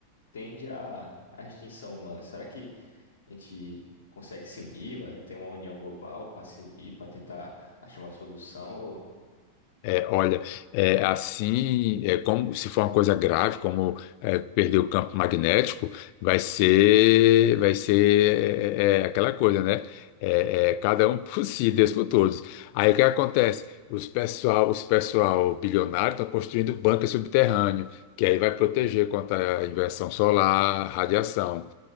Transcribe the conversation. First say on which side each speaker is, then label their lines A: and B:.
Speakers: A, on the left; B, on the left.
A: tende à, à extinção humana. Será que a gente consegue se unir, vai ter uma união global para se unir, para tentar achar uma solução? Ou-
B: É, olha, é, assim, é, como se for uma coisa grave, como é, perder o campo magnético, vai ser, vai ser é, é, é aquela coisa, né? É, é, cada um <laughs> por si, Deus por todos. Aí o que acontece? Os pessoal, os pessoal bilionário estão construindo bunker subterrâneo, que aí vai proteger contra a inversão solar, radiação.